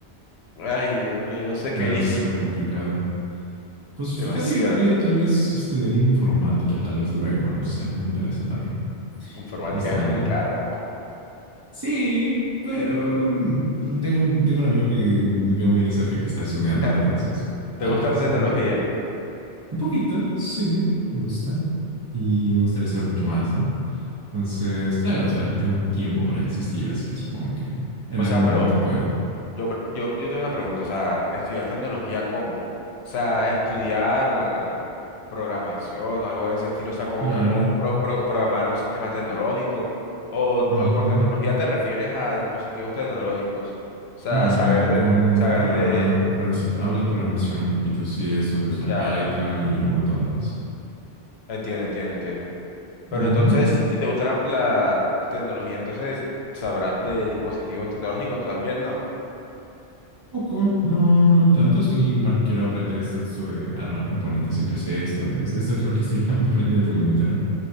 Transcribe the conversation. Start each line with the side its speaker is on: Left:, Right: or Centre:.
Left: ay, Dios mío, yo no sé qué
Right: Ha de
Left: hice.
Right: ser re complicado. Pues
Left: Demasiado.
Right: fíjate que quería tal vez estudiar informática, tal vez luego, no sé, me interesa también.
Left: Informática
Right: Está,
Left: es complicada. O
Right: Sí, pero mm, tengo un, tengo un amigo que veo muy de cerca que está estudiándolo,
Left: sea,
Right: entonces
Left: ¿te
Right: tal
Left: gusta
Right: vez,
Left: la tecnología?
Right: ¿no? Un poquito, sí, me gusta. Y me gustaría saber mucho más, ¿no? Entonces, claro, o sea, tengo tiempo para existir, así que supongo que en
Left: O
Right: algún
Left: sea, pero
Right: momento pueda.
Left: Yo, pre- yo, yo tengo una pregunta, o sea, ¿estudiar tecnología cómo? O sea, estudiar programación o algo de ese estilo, o sea, ¿cómo,
Right: Claro.
Left: que- cómo pro- pro- programar un sistema tecnológico? O,
Right: Ajá.
Left: o con tecnología te refieres a dispositivos tecnológicos, o sea,
Right: No,
Left: saber
Right: eh,
Left: de,
Right: con,
Left: saber
Right: con programa,
Left: de,
Right: con programación, hablo de programación un poquito, sí, esto de usar
Left: ya,
Right: Python
Left: ya,
Right: y un montón de más.
Left: entiendo, entiendo, entiendo. Pero
Right: Ujú.
Left: entonces, si si te gusta la, la tecnología, entonces sabrás de dispositivos tecnológicos también, ¿no?
Right: Poco, no, no tanto. Sí, bueno, quiero aprender esto, esto de armar componentes y PC, esto de, esto es lo que estoy <laughs> aprendiendo últimamente, ¿no?